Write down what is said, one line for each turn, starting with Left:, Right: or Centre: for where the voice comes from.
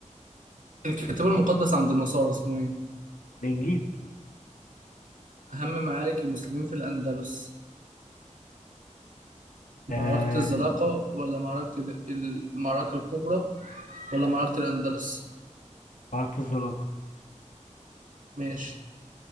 Right: الكتاب المقدس عند النصارى اسمه إيه؟
Left: الانجيل
Right: أهم معارك المسلمين في الأندلس
Left: آه...
Right: معركة الزلاقة ولا معركة ال- المعركة الكبرى ولا معركة الأندلس
Left: عرفت الزلاقة
Right: ماشي